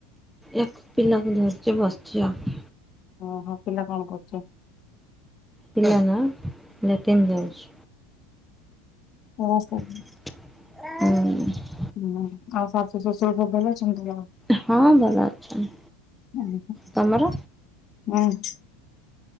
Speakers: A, in the centre; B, on the left (about 45°).
A: ଏକ ପିଲାକୁ ଧରିଛି ବସିଛି ଆଉ।
B: ଓହୋ ପିଲା କଣ କରୁଚି?
A: ପିଲା ନା ଲାଟିନ୍ ଯାଇଛି।
B: ଓହୋ।
A: ହୁଁ।
B: ହୁଁ ଆଉ ଶାଶୁ ଶ୍ୱଶୁର ସବୁ ଭଲ ଅଛନ୍ତି
A: ହଁ ଭଲ ଅଛନ୍ତି।
B: ହୁ।
A: ତମର